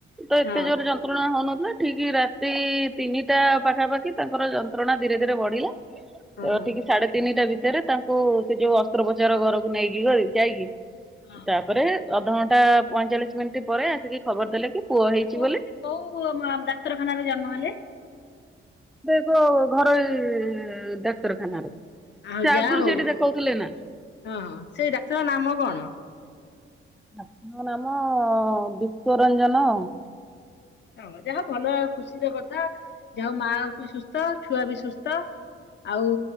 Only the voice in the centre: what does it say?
ତ ଏତେ
ଜୋରରେ ଯ ଯନ୍ତ୍ରଣା ହଉନଥିଲା ଠିକ ରାତି ତିନିଟା ପାଖାପାଖି ତାଙ୍କର ଯନ୍ତ୍ରଣା ଧୀରେ ଧୀରେ ବଢିଲା। ତ
ଠିକ ସାଢେ ତିନିଟା ଭିତରେ ତାଙ୍କୁ ସେ ଯୋଉ ଅସ୍ତ୍ରୋପଚାର ଘରକୁ ନେଇକି ଗଲି ଯାଇକି
ତାପରେ। ଅଧଘଣ୍ଟା ପଇଁଚାଳିଶ ମିନିଟ୍ ପରେ ଆସିକି ଖବର ଦେଲେ କି। ପୁଅ ହେଇଛି
ବୋଲି।
ସେ ଏକ ଘରୋଇ ଡାକ୍ତରଖାନାରେ।
ସେ
ଆଗରୁ
ସେଇଠି ଦେଖଉଥିଲେ ନା।
ଡାକ୍ତରଙ୍କ ନାମ ବିଶ୍ୱ ରଞ୍ଜନ।